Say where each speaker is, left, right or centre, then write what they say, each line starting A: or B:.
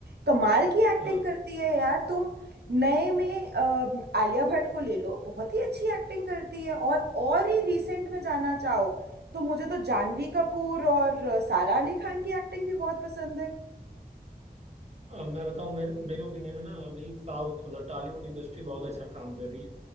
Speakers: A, on the right; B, on the right.
A: कमाल की एक्टिंग
B: हाँ
A: करती है यार तुम नए में अ, आलिया भट्ट को ले लो बहुत ही अच्छी एक्टिंग करती है और और ही रिसेंट में जाना चाहो तो मुझे तो जानवी कपूर और अ, सारा अली खान की एक्टिंग भी बहुत पसंद है
B: अ, मैं बताऊँ मेरे मेरे ओपिनियन में ना अभी साउथ मतलब टॉलीवुड इंडस्ट्री बहुत अच्छा काम कर रही है